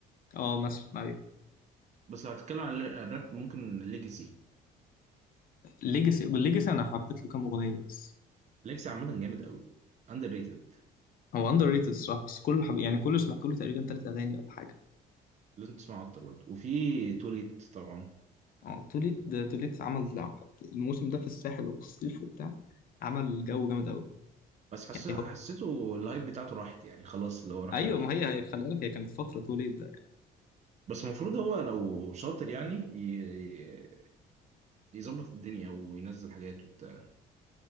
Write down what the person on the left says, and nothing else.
اه مثلا ايوه
ليجاسي والليجاسي انا حبيت له كام اغنيه بس
هو اندر ريتد الصراحه بس كله حب... يعني كله سمعت له تقريبا ثلاث اغاني ولا حاجه
اه توليت ده توليت عمل الموسم ده في الساحل وفي الصيف وبتاع عمل جو جامد قوي
يعني
هو
<laughs>
ايوه
ما
هي هي- خلي بالك هي كانت فتره توليت ده يعني.